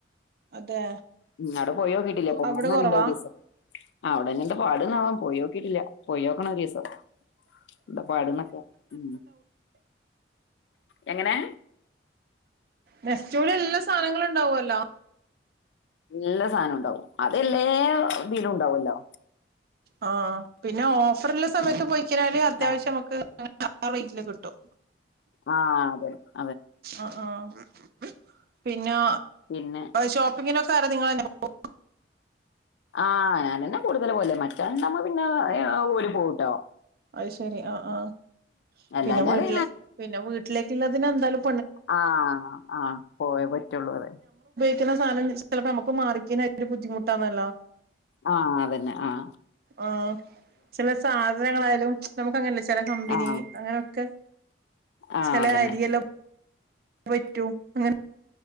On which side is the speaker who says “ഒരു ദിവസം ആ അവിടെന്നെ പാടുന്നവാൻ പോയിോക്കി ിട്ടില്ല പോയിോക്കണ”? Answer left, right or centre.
Left